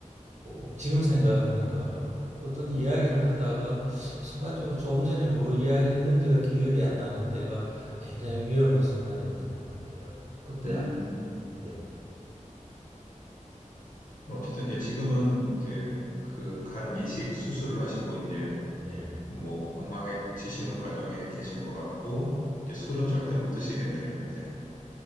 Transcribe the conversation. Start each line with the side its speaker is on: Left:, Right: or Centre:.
Right: 어, 지금 생각하니까 어떤 이야기를 하다가 순간적으로 조금 전에 뭐 이야기했는지가 기억이 안 나는 때가 굉장히 위험한 순간이었던 것 같아요. 그때
Left: 음,
Right: 알았는데
Left: 그럼 어쨌든 이제 지금은 이제 그 간 이식 수술을 하시고 이제
Right: 예.
Left: 뭐 건강해지시는 과정에 계신 것 같고 이제 술은 절대 못 드시겠네요, 이제.